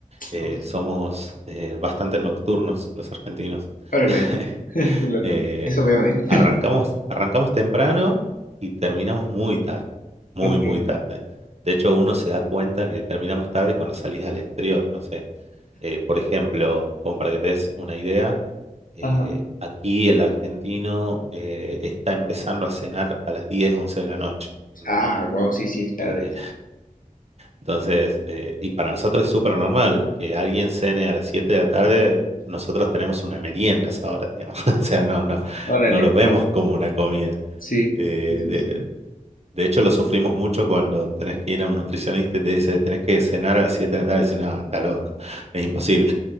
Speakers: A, on the right; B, on the left.
A: Eh,
B: ok,
A: somos eh, bastante nocturnos los argentinos.
B: órale,
A: <laughs>
B: <laughs> qué loco,
A: Eh,
B: eso veo, ¿eh?
A: arrancamos, arrancamos temprano y terminamos muy tarde, muy,
B: Ok,
A: muy tarde. De hecho, uno se da cuenta que terminamos tarde cuando salís al exterior, no sé. Eh, por ejemplo, como para que te des una idea, eh,
B: ajá.
A: aquí el argentino eh, está empezando a cenar a las 10 11 de la noche. ¿entendés?
B: Ah, wow, sí, sí, es tarde.
A: Eh, entonces, eh, y para nosotros es súper normal que alguien cene a las 7 de la tarde. Nosotros tenemos una merienda a esa hora, digamos. <laughs> O sea, no, no,
B: Órale,
A: no lo vemos
B: <laughs> no.
A: como una comida.
B: Sí,
A: Eh,
B: sí, sí,
A: de,
B: sí.
A: de hecho, lo sufrimos mucho cuando tenés que ir a un nutricionista y te dice, tenés que cenar a las 7 de la tarde. Y decís, no, está loco, es imposible.